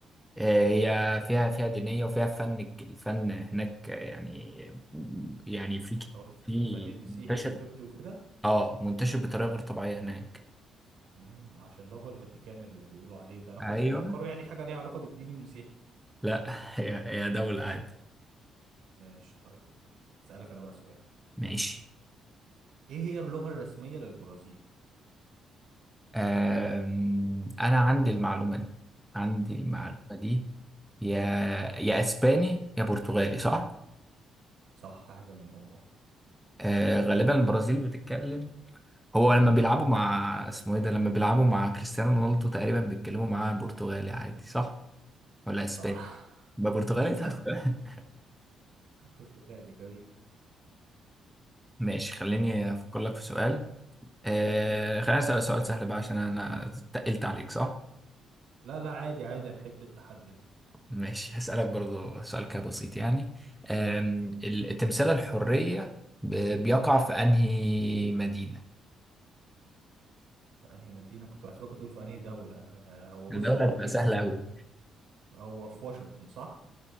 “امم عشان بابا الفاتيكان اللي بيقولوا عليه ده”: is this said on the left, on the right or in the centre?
Right